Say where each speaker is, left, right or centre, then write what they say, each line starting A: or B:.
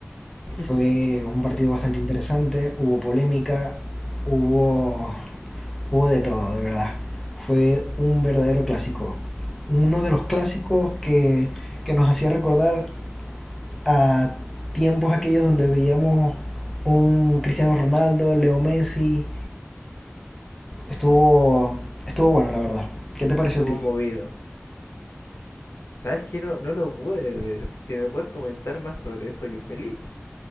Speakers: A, on the left (about 80°); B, in the centre.
A: <laughs>
B: Fue un partido bastante interesante, hubo polémica, hubo, hubo de todo, de verdad. Fue un verdadero clásico. Uno de los clásicos que, que nos hacía recordar a tiempos aquellos donde veíamos un Cristiano Ronaldo, Leo Messi, Estuvo, estuvo bueno, la verdad. ¿Qué te pareció
A: Estuvo
B: a ti?
A: movido. ¿Sabes qué? No, no lo pude ver. Si me puedes comentar más sobre eso, yo feliz.